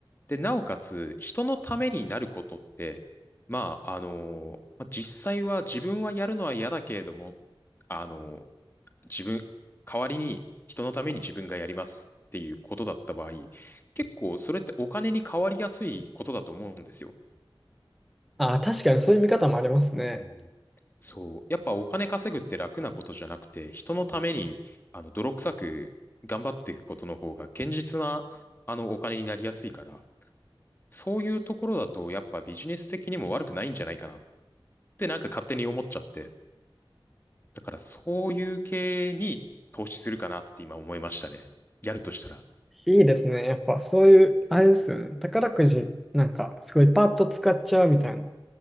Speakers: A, on the left; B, in the centre.
A: で、なおかつ、人のためになることって、まあ、あの、まあ実際は自分はやるのは嫌だけれども、あの、自分、代わりに人のために自分がやりますっていうことだった場合、結構それってお金に変わりやすいことだと思うんですよ。
B: あ、確かにそういう見方もありますね。
A: うん。そう。やっぱお金稼ぐって楽なことじゃなくて、人のために、あの、泥臭く頑張っていくことの方が、堅実な、あの、お金になりやすいから、そういうところだと、やっぱビジネス的にも悪くないんじゃないかなってなんか勝手に思っちゃって。だからそういう系に投資するかなって今思いましたね。やるとしたら。
B: いいですね。やっぱそういう、あれですよね。宝くじなんかすごいパッと使っちゃうみたいな、